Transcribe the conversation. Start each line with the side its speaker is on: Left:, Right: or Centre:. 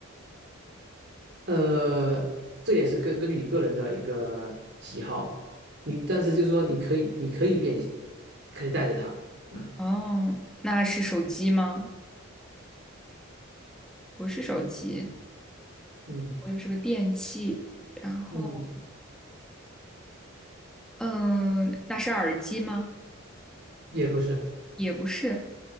Right: 呃，这也是根根据你个人的一个喜好，你但是就是说你可以你可以变形，可以带着它，嗯
Centre: 哦，那是手机吗？不是手机，
Right: 嗯
Centre: 我就是个电器，然后。
Right: 嗯，
Centre: 嗯，那是耳机吗？
Right: 也不是，
Centre: 也不是，